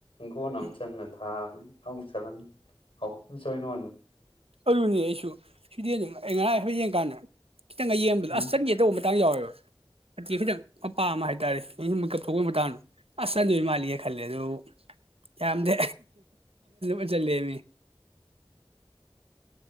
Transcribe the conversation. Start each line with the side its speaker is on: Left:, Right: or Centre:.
Left: ꯒꯣꯅ ꯑꯃꯝ
Right: ꯎꯝ
Left: ꯆꯟꯗ ꯊꯥꯕꯅꯤ ꯍꯪ ꯁꯔꯝꯁꯨꯣꯏꯅꯣ
Right: ꯑꯗꯨꯂꯨꯅꯦ ꯑꯩꯁꯨ ꯁꯤꯗꯤ ꯑꯗꯨꯝ ꯑꯩ ꯉꯐ ꯌꯦꯡꯀꯥꯟꯗ ꯈꯤꯇꯪꯒ ꯌꯦꯡꯕꯗꯣ
Left: ꯎꯝ
Right: ꯑꯁ ꯆꯪꯒꯦ ꯇꯧꯕ ꯍꯇꯥꯡ ꯌꯥꯎꯋꯦꯕ ꯐꯇꯦ ꯈꯤꯇꯪ ꯃꯄꯥ ꯑꯃ ꯍꯥꯏꯇꯥꯔꯦ ꯃꯤꯨꯝ ꯀꯞꯊꯣꯛꯄꯒꯤ ꯃꯇꯥꯡꯗꯣ ꯑꯁ ꯑꯗꯨ ꯃꯥꯜꯂꯤꯌꯦ ꯈꯜꯂꯦ ꯑꯗꯨ ꯀꯗ ꯑ ꯆꯃꯤ
Left: <inaudible>